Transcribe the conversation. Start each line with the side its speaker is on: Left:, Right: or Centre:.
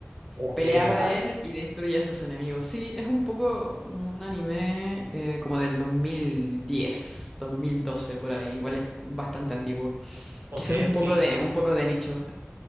Right: ok,
Centre: Pelea para
Right: ajá,
Centre: él y destruye a sus enemigos. Sí, es un poco un anime eh, como del 2010, 2012 por ahí. Igual es bastante antiguo.
Right: ok,
Centre: Quizás un
Right: ok.
Centre: poco de un poco de nicho.